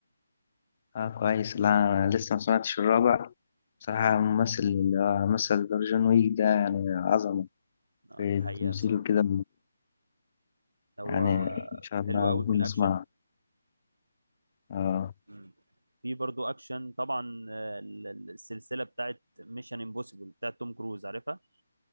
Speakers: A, on the left; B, on the right.
A: اه كويس لا أنا لسه ما سمعتش الرابع بصراحة الممثل اللي هو مثل دور جون ويك ده يعني عظمة
B: آه
A: في
B: دي حقيقة
A: تمثيله
B: الصراحة
A: كده
B: هو
A: يعني إن شاء
B: حلو
A: الله
B: قوي
A: لازم
B: في الأكشن
A: نسمعه اه
B: مم. في برضو أكشن طبعا آه، ال- ال- السلسلة بتاعت ميشن امبوسيبل بتاعت توم كروز عارفها